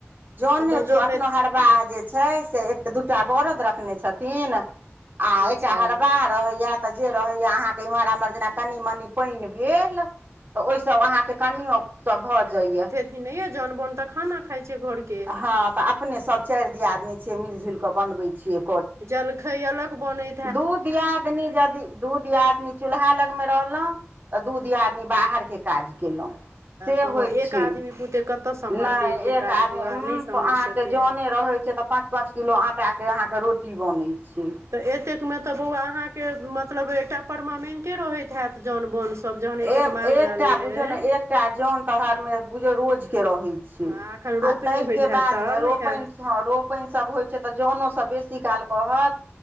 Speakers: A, on the right; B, on the right.
A: जने
B: ओतय
A: ज
B: जोतैत
A: अखनो हरा हरबा जे छै से एक दूटा बरद रखने छथिन आ
B: अच्छा
A: एकटा हरबा। रहैया तऽ जे रहैया अहाँके इम्हर एम्हर जेना कनि मनी पानि भेल। तऽ ओहिसभ अहाँके कनियो सब भऽ जाइया।
B: नहि य जन बन तऽ खाना खा छै। घरके
A: हँ तऽ अपने सभ चारि दियाद नहि छियै मिल जुलि कऽ बनबै छियै।
B: जलखइ अलग बने।
A: दूध यादनी यदि। दू दियादिनी चूल्हा लगमे रहलहुँ तऽ दू दियादिनी बाहरके काज केलहुँ। से
B: तऽ
A: होइ
B: एक
A: छैय
B: आदमी पुते कतय सम्हरतै
A: नई
B: एतेक
A: एक
B: काज
A: आदमी
B: बौआ
A: उं
B: नहि सम्हरि
A: अहाँ
B: सकैए
A: के जने रहैय छैय तऽ पाँच। पाँच किलो आटा के अहाँ के रोटी बनैय छैय।
B: तऽ एतेक मे तऽ बौआ अहाँ के मतलब एकटा परमानेंटे रहैत हैत जौन बोन सब जहन।
A: ए
B: एतेक माल
A: एकटा
B: जाल यै।
A: बुझियौ ने एकटा जन तर मे बझयौ रोज के रहै छै
B: हँ
A: आ
B: एखन रोपनी
A: ताहि
B: होइत
A: के
B: हैत
A: बाद
B: तऽ
A: मे
B: आरो
A: रोपैन।
B: हैत
A: हँ रोपैन सब होइ छै तऽ जनो सब बेसी काल कहत।